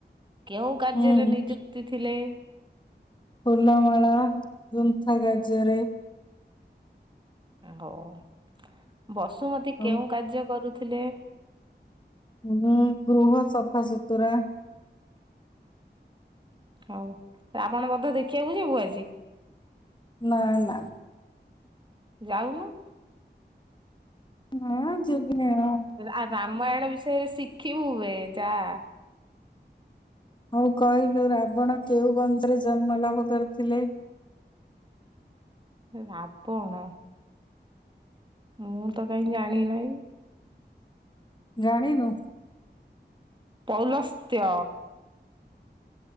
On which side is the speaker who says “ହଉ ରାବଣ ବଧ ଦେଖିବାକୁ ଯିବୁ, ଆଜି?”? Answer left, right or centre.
Right